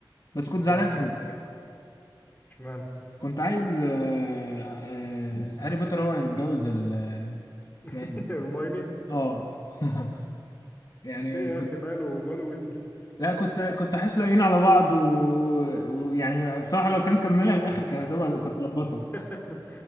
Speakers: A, on the left; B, on the left.
A: بس كنت زعلان
B: تمن
A: قوي
B: اجزاء اشمعنى
A: كنت عايز آه آه هاري بوتر هو اللي يتجوز ال- اسمها
B: <laughs>
A: ايه دي؟
B: هرمايني
A: اه <laughs> يعني
B: ليه يا
A: كنت
B: اخي ماله ماله ويزلي
A: لا كنت كنت احس لاقيين على بعض و- ويعني بصراحه لو كان كملها للاخر كانت هتبقى كنت هتبسط
B: <laughs>